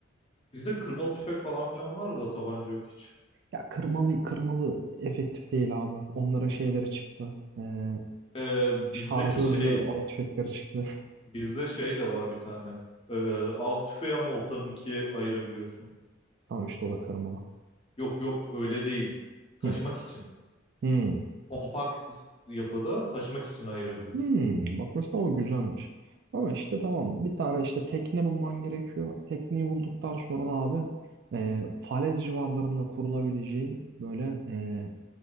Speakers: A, on the left; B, on the right.
A: bizde kırmalı tüfek falan filan var da tabanca yok hiç.
B: Ya kırmalı kırmalı efektif değil abi. Onların şeyleri çıktı. Ee,
A: Ee, bizdeki
B: Şarjörlü
A: şey
B: av tüfekleri çıktı.
A: bizde şey de var bir tane. Ee, av tüfeği ama ortanın ikiye ayırabiliyorsun.
B: <laughs> Tamam işte o da kırmalı.
A: Yok yok öyle değil. Taşımak
B: Hı.
A: için.
B: Hmm.
A: kompakt yapıda taşımak için ayırabiliyorsun.
B: Hmm. Bak mesela o güzelmiş. Ama işte tamam bir tane işte tekne bulman gerekiyor. Tekneyi bulduktan sonra da abi e, Falez civarlarında kurulabileceğin böyle e,